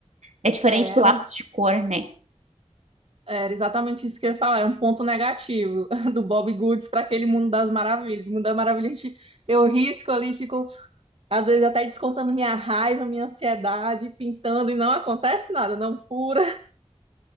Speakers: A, on the right; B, on the right.
A: É diferente
B: É,
A: do
B: é
A: lápis
B: um,
A: de cor, né?
B: era exatamente isso que eu ia falar, é um ponto negativo <laughs> do Bob Goods para aquele mundo das maravilhas. mundo das maravilhas, a gente, eu risco ali e fico Às vezes até descontando minha raiva, minha ansiedade, pintando e não acontece nada, não fura,